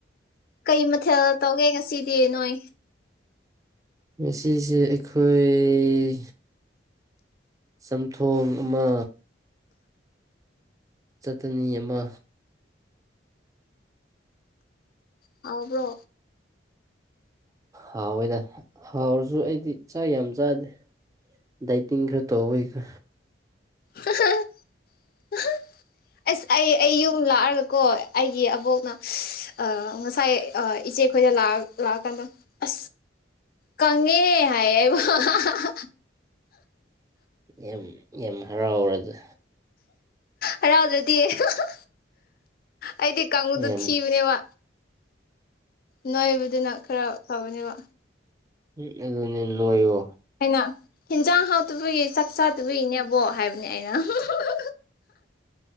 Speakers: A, on the left (about 50°); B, on the right (about 20°).
A: ꯀꯩ ꯃꯊꯦꯜ ꯇꯧꯒꯦ ꯉꯁꯤꯗꯤ ꯅꯣꯏ
B: ꯉꯁꯤꯁꯦ ꯑꯩꯈꯣꯏ ꯆꯝꯊꯣꯡ ꯑꯃ ꯆꯠꯇꯅꯤ ꯑꯃ
A: ꯍꯥꯎꯕ꯭ꯔꯣ
B: ꯍꯥꯎꯋꯦꯗ ꯍꯥꯎꯔꯁꯨ ꯑꯩꯗꯤ ꯆꯥꯛ ꯌꯥꯝ ꯆꯥꯗꯦ ꯗꯥꯢꯇꯤꯡ ꯈꯔ ꯇꯧꯕꯒꯤꯀꯣ
A: ꯍꯥꯍꯥꯍꯥ ꯑꯍ ꯑꯁ ꯑꯩ ꯑꯩ ꯌꯨꯝ ꯂꯥꯛꯑꯒ ꯀꯣ ꯑꯩꯒꯤ ꯑꯕꯣꯛꯅ ꯑꯥ ꯉꯁꯥꯏ ꯑꯥ ꯏꯆꯦ ꯈꯣꯏꯗ ꯂꯑ ꯂꯥꯛꯑꯀꯥꯟꯗ ꯑꯁ
B: <inaudible>
A: ꯀꯪꯉꯦ ꯍꯥꯏꯌꯦ ꯑꯩꯕꯨ ꯑꯍꯍꯍ
B: ꯌꯥꯝ ꯌꯥꯝ ꯍꯔꯥꯎꯔꯗ
A: ꯍꯔꯥꯎꯗ꯭ꯔꯗꯤ ꯍꯍ ꯑꯩꯗꯤ ꯀꯥꯡꯕꯗꯨ
B: ꯌꯥꯝ
A: ꯊꯤꯕꯅꯦꯕ ꯅꯣꯏꯕꯗꯨꯅ ꯈꯔ ꯐꯕꯅꯦꯕ
B: ꯎꯝ ꯑꯗꯨꯅꯦ ꯅꯣꯏꯌꯣ
A: ꯑꯩꯅ ꯍꯤꯟꯖꯥꯡ ꯍꯥꯎꯇꯕꯒꯤ ꯆꯥꯛ ꯆꯥꯗꯕꯒꯤꯅꯦ ꯑꯕꯣꯛ ꯍꯥꯏꯕꯅꯦ ꯑꯩꯅ ꯍꯝꯍꯝ ꯍꯍ